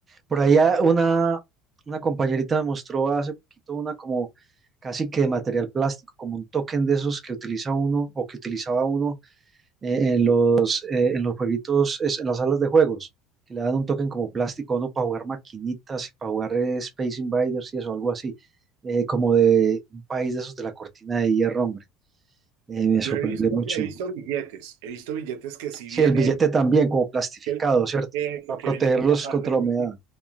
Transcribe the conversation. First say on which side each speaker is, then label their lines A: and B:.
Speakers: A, on the right; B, on the right.
A: Por allá una, una compañerita me mostró hace poquito una como casi que de material plástico, como un token de esos que utiliza uno o que utilizaba uno eh, en los, eh, en los jueguitos, es- en las salas de juegos, que le dan un token como plástico a uno para jugar maquinitas y para jugar eh, Space Invaders y eso, algo así, eh, como de un país de esos de la cortina de hierro, hombre. Eh, me sorprendió
B: Yo he visto,
A: mucho.
B: he visto billetes, he visto billetes que si
A: Sí,
B: viene
A: el billete también, como plastificado,
B: El-
A: ¿cierto?
B: Eso,
A: Para
B: que
A: protegerlos
B: viene con una parte
A: contra
B: plástico.
A: la humedad.